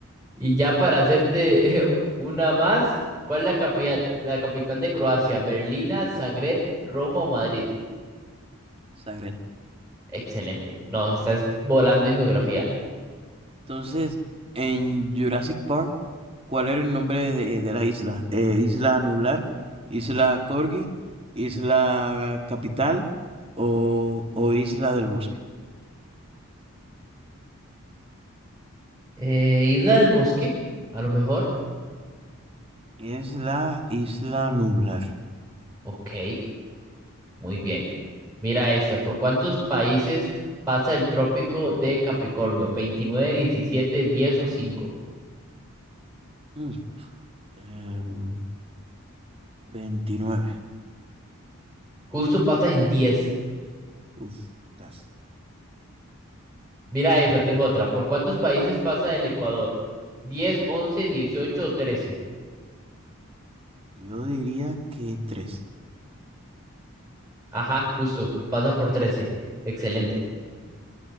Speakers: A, in the centre; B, on the right.
A: Y ya para hacerte <laughs> eh, una más, ¿cuál es la capital, la capital de Croacia? ¿Berlina, Zagreb, Roma o Madrid?
B: Zagreb.
A: Excelente. No, estás volando en geografía.
B: Entonces, en Jurassic Park, ¿cuál era el nombre de, de la isla? Eh, ¿Isla Nublar? ¿Isla Corgi? ¿Isla Capital? ¿O, o Isla del Bosque?
A: Eh, Isla del Bosque, a lo mejor.
B: Es la Isla Nublar.
A: Ok, muy bien. Mira esta, ¿por cuántos países pasa el trópico de Capricornio? 29, 17, 10 o 5.
B: Mm, em, 29.
A: Justo pasa en diez.
B: Uf, tas.
A: Mira esta, tengo otra. ¿Por cuántos países pasa el Ecuador? 10, 11, 18 o 13.
B: Yo diría que 13.
A: Ajá, justo, pasa por 13. Excelente.